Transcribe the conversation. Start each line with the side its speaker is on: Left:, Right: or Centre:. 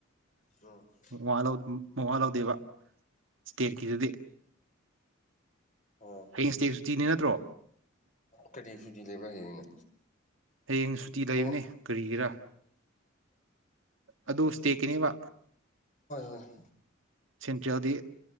Left: <unintelligible>
Right: ꯃꯋꯥ ꯃꯋꯥ ꯂꯧꯗꯦꯕ ꯁ꯭ꯇꯦꯠꯀꯤꯗꯨꯗꯤ
Left: ꯑꯣ
Right: ꯍꯌꯦꯡ ꯏꯁꯇꯦꯠꯁꯨꯇꯤꯅꯦ ꯅꯠꯇ꯭ꯔꯣ
Left: ꯀꯔꯤ ꯁꯨꯇꯤ ꯂꯩꯕ꯭ꯔ ꯍꯌꯦꯡꯅ
Right: ꯍꯌꯦꯡ ꯁꯨꯇꯤ ꯂꯩꯕꯅꯦ
Left: ꯑꯣ
Right: ꯀꯔꯤꯒꯤꯔꯥ ꯑꯗꯨ ꯏꯁꯇꯦꯠꯀꯤꯅꯦꯕ
Left: <unintelligible> <unintelligible>
Right: ꯁꯦꯟꯇ꯭ꯔꯦꯜꯗꯤ